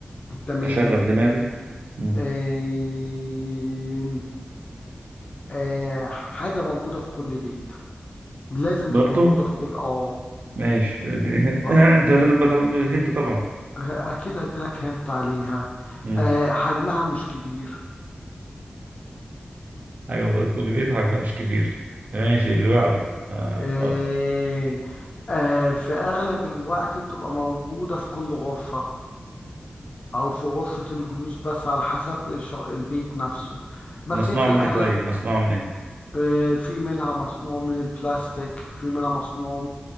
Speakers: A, on the left; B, on the right.
A: تمام
B: أشغل دماغي مم.
A: آم، آه حاجه موجوده في كل بيت لازم
B: برضو
A: تبقى موجوده في كل اه
B: ماشي اديني هن- <clears throat>
A: غ-
B: <laughs> أنت لازم بقى تاخد هنت طبعا
A: اكيد هديلك هنت عليها
B: مم.
A: آه حجمها مش كبير
B: ايوه بس كله بيضحك بقى مش كبير ماشي اللي بعده آه.
A: آه
B: خلاص.
A: آه في اغلب الوقت بتبقى موجوده في كل غرفه أو في غرفة الجلوس بس على حسب الش- البيت نفسه بس
B: مصنوع
A: هي في
B: من
A: الأغلب
B: ايه طيب مصنوع من ايه
A: آه، في منها مصنوع من البلاستيك في منها مصنوع